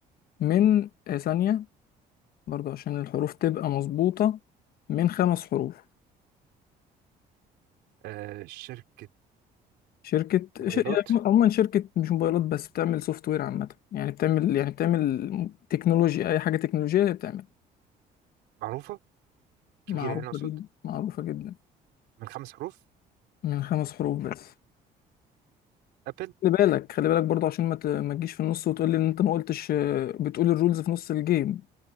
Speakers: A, on the left; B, on the right.
A: من آه ثانيه برضو عشان الحروف تبقى مظبوطه من خمس حروف
B: آه، شركه
A: شركه
B: موبايلات
A: ش... يعني عموما شركه مش موبايلات بس بتعمل سوفت وير عامه يعني بتعمل يعني بتعمل تكنولوجيا اي حاجه تكنولوجيه هي بتعمل
B: معروفه كبيره
A: معروفة
B: يعني اقصد
A: جدا معروفة جدا
B: من خمس حروف
A: من خمس حروف بس
B: ابل
A: خلي بالك خلي بالك برضه عشان ما ت- ما تجيش في النص وتقول لي ان انت ما قلتش آه، بتقول الرولز في نص الجيم